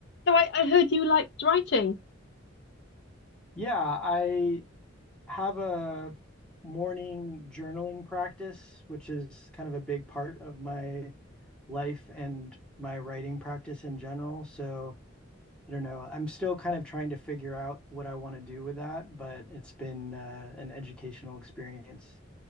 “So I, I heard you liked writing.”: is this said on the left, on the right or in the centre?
Left